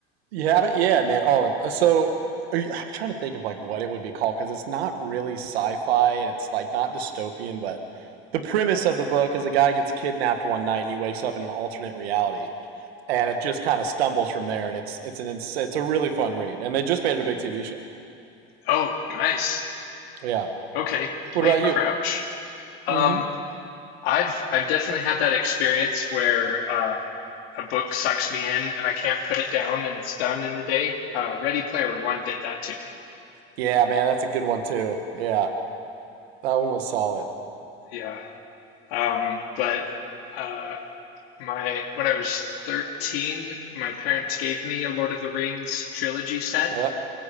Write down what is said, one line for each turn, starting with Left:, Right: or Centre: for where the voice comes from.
Right: Yeah, but yeah, man. Oh, uh, so are you, I'm trying to think of like what it would be called because it's not really sci-fi and it's like not dystopian, but the premise of the book is a guy gets kidnapped one night and he wakes up in an alternate reality, and it just kind of stumbles from there. And it's it's an ins- it's a really fun read, and they just made it a big TV show.
Left: Oh, nice.
Right: Yeah.
Left: Okay.
Right: What
Left: Blake
Right: about
Left: Crouch.
Right: you?
Left: Um,
Right: Mm-hmm.
Left: I've I've definitely had that experience where uh, a book sucks me in and I can't put it down and it's done in a day. Uh, Ready Player One did that to me.
Right: Yeah, man, that's a good one too. Yeah, that one was solid.
Left: Yeah. Um, but uh, my when I was 13, my parents gave me a Lord of the Rings trilogy set
Right: Yep.